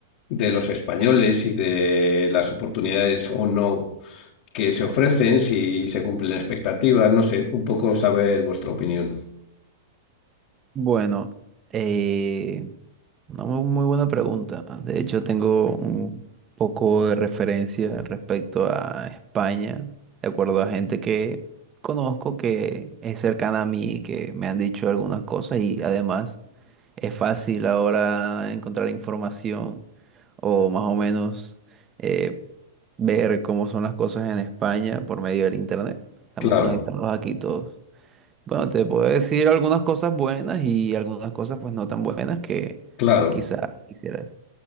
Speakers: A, on the left (about 50°); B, on the right (about 25°).
A: de los españoles y de las oportunidades o no que se ofrecen, si se cumplen expectativas, no sé, un poco saber vuestra opinión.
B: Bueno, eh, una mu- muy buena pregunta. De hecho, tengo un poco de referencia respecto a España, de acuerdo a gente que conozco que es cercana a mí, que me han dicho algunas cosas y además es fácil ahora encontrar información o más o menos eh, ver cómo son las cosas en España por medio del internet. Estamos
A: Claro,
B: conectados aquí todos. Bueno, te puedo decir algunas cosas buenas y algunas cosas pues no tan buenas que
A: claro,
B: quizás quisieras.